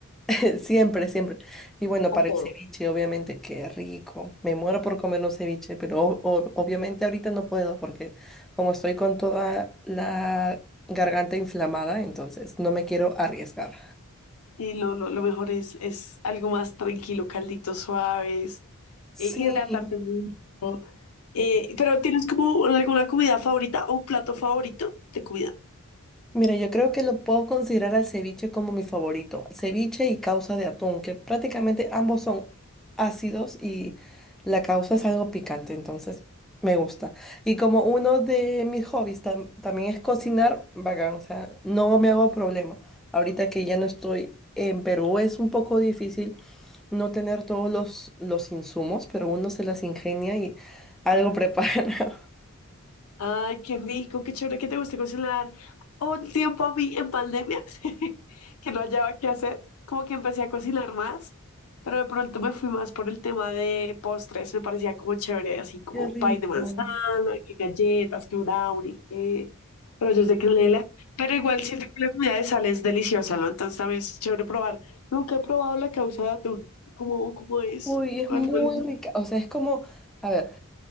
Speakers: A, in the centre; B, on the left.
A: <laughs> Siempre, siempre. Y bueno,
B: a
A: para
B: todo.
A: el ceviche, obviamente, qué rico. Me muero por comer un ceviche, pero o- o- obviamente ahorita no puedo porque como estoy con toda la garganta inflamada, entonces no me quiero arriesgar.
B: Y lo, lo, lo mejor es, es algo más tranquilo, calditos suaves,
A: Sí,
B: eh hidratarte mucho. Eh, pero ¿tienes como alguna comida favorita o un plato favorito de comida?
A: Mira, yo creo que lo puedo considerar al ceviche como mi favorito. Ceviche y causa de atún, que prácticamente ambos son ácidos y la causa es algo picante, entonces me gusta. Y como uno de mis hobbies tam- también es cocinar, bacán, o sea, no me hago problema. Ahorita que ya no estoy en Perú es un poco difícil no tener todos los, los insumos, pero uno se las ingenia y algo prepara.
B: Ay, qué rico, qué chévere que te guste cocinar. Hubo Un tiempo a mí en pandemia <laughs> que no hallaba qué hacer, como que empecé a cocinar más, pero de pronto me fui más por el tema de postres, me parecía como chévere,
A: <laughs>
B: así como
A: Qué rico.
B: pay de manzana, que galletas, que brownie, que rollos de canela, pero igual siento que la comida de sal es deliciosa, ¿no? Entonces también es chévere probar. Nunca he probado la causa de atún, ¿cómo, cómo es?
A: Uy, es
B: ¿Cuál,
A: muy
B: cuál es? la-
A: rica. O sea, es como, a ver,